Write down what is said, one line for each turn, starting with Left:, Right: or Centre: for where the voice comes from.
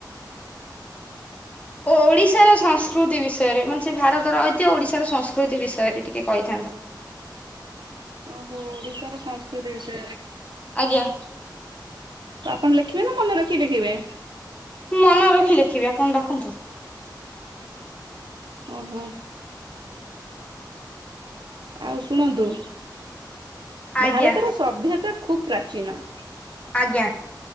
Left: ଓ ଓଡିଶାର ସଂସ୍କୃତି ବିଷୟରେ ମାନେ ସେ ଭାରତର ଐତିହ୍ୟ ଓଡିଶାର ସଂସ୍କୃତି ବିଷୟରେ ଟିକେ କହିଥାନ୍ତ।
Right: ଓହୋ ଓଡିଶାର ସଂସ୍କୃତି ବିଷୟରେ।
Left: ଆଜ୍ଞା।
Right: ତ ଆପଣ ଲେଖିବେ ନା ମନେ ରଖି ଲେଖିବେ।
Left: ମନେ ରଖି ଲେଖିବି ଆପଣ ଡାକନ୍ତୁ।
Right: ଅଁ, ହଁ। ଆଉ ଶୁଣନ୍ତୁ।
Left: ଆଜ୍ଞା
Right: ଭାରତର ସଭ୍ୟତା ଖୁବ୍ ପ୍ରାଚୀନ।
Left: ଆଜ୍ଞା